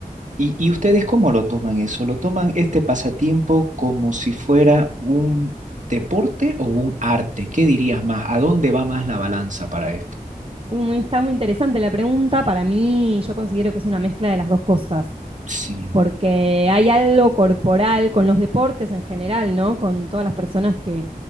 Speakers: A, on the right; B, on the right.
A: ¿Y, y ustedes cómo lo toman eso? ¿Lo toman este pasatiempo como si fuera un deporte o un arte? ¿Qué dirías más? ¿A dónde va más la balanza para esto?
B: Mm, Está muy interesante la pregunta. Para mí, yo considero que es una mezcla de las dos cosas.
A: Sí,
B: porque hay algo corporal con los deportes en general, ¿no? Con todas las personas que,